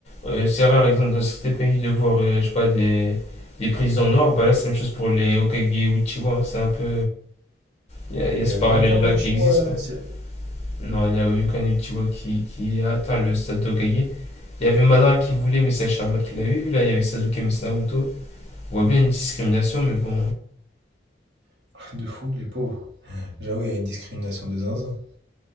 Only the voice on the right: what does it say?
n'y
a
eu aucun Uchiwa.
euh,
c'est-
<laughs> De fou, les pauvres. J'avoue, il y a une discrimination de zinzin.